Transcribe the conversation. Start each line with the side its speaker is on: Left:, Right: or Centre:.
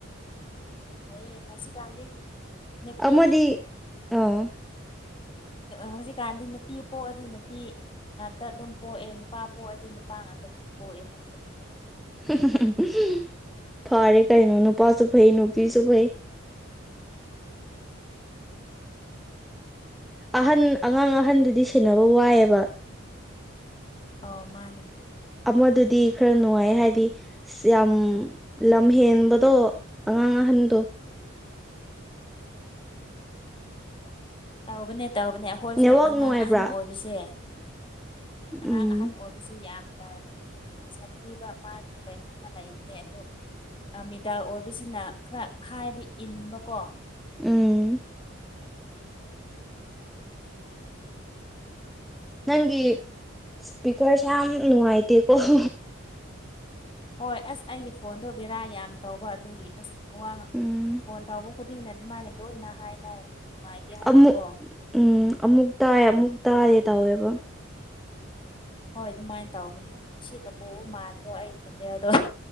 Left: ꯍꯌꯦ ꯍꯧꯁꯤꯛꯀꯥꯟꯗꯤ ꯅꯨꯄꯤ
Centre: ꯑꯃꯗꯤ <inaudible>
Left: ꯍꯧꯖꯤꯛꯀꯥꯟꯗꯤ ꯅꯨꯄꯤ ꯄꯣꯛꯑꯗꯤ ꯅꯨꯄꯤ ꯉꯥꯛꯇ ꯑꯗꯨꯝ ꯄꯣꯛꯑꯦ ꯅꯨꯄꯥ ꯄꯣꯛꯑꯗꯤ ꯅꯨꯄꯥ ꯉꯥꯛꯇ ꯑꯗꯨꯝ ꯄꯣꯛꯑꯦ ꯅꯦ
Centre: <unintelligible> ꯐꯔꯦ ꯀꯩꯅꯣ ꯅꯨꯄꯥꯁꯨ ꯐꯩ ꯅꯨꯄꯤꯁꯨ ꯐꯩ ꯑꯍꯟ ꯑꯉꯥꯡ ꯑꯍꯟꯗꯨꯗꯤ ꯁꯦꯟꯅꯕ ꯋꯥꯢꯌꯦꯕ
Left: ꯑꯣ ꯃꯥꯅꯦ
Centre: ꯑꯃꯗꯨꯗꯤ ꯈꯔ ꯅꯨꯡꯉꯥꯢꯌꯦ ꯍꯥꯢꯗꯤ ꯑꯁ ꯌꯥꯝ ꯂꯝ ꯍꯦꯟꯕꯗꯣ ꯑꯉꯥꯡ ꯑꯍꯟꯗꯣ
Left: ꯇꯧꯕꯅꯦ ꯇꯧꯕꯅꯦ ꯑꯩꯈꯣꯢꯁꯨ
Centre: ꯅꯦꯠꯋꯥꯛ
Left: ꯑꯉꯥꯡ
Centre: ꯅꯨꯡꯉꯥꯏꯕ꯭ꯔꯥ
Left: ꯑꯍꯟ ꯑꯣꯢꯕꯁꯦ ꯑꯉꯥꯡ
Centre: ꯎꯝ
Left: ꯑꯍꯟ ꯑꯣꯢꯕꯁꯤ ꯌꯥꯝꯅ ꯁꯥꯊꯤꯕ ꯃꯥꯒꯤ ꯀꯩꯅꯣꯝꯃ ꯂꯩꯕꯅꯦ ꯑꯗꯨ ꯃꯤꯗꯥꯜ ꯑꯣꯢꯕꯁꯤꯅ ꯈꯔ ꯍꯥꯢꯕ ꯏꯟꯕꯀꯣ
Centre: ꯎꯝ ꯅꯪꯒꯤ ꯏꯁꯄꯤꯀꯔꯁꯦ ꯌꯥꯝ ꯅꯨꯡꯉꯥꯢꯇꯦꯀꯣ <unintelligible>
Left: ꯍꯣꯢ ꯑꯁ ꯑꯩꯒꯤ ꯐꯣꯟꯗꯣ ꯕꯦꯔꯥ ꯌꯥꯝ ꯇꯧꯕ ꯑꯗꯨꯒꯤ ꯑꯁ ꯋꯥ
Centre: ꯎꯝ
Left: ꯐꯣꯟ ꯇꯧꯕ ꯈꯨꯗꯤꯡꯅ ꯑꯗꯨꯃꯥꯢꯅ ꯂꯣꯢꯅ ꯍꯥꯢꯅꯩ ꯅꯨꯡꯉꯥꯢꯇꯦ ꯍꯥꯢꯅꯀꯣ
Centre: ꯑꯃꯨꯛ ꯎꯝ ꯑꯃꯨꯛ ꯇꯥꯢ ꯑꯃꯨꯛ ꯇꯥꯗꯦ ꯇꯧꯋꯦꯕ
Left: ꯍꯣꯢ ꯑꯗꯨꯃꯥꯏꯅ ꯇꯧꯕꯅꯦ ꯁꯤꯅ ꯄꯨꯕ ꯃꯥꯟꯗ꯭ꯔꯣ ꯑꯩꯒꯤ ꯈꯣꯟꯖꯦꯜꯗꯣ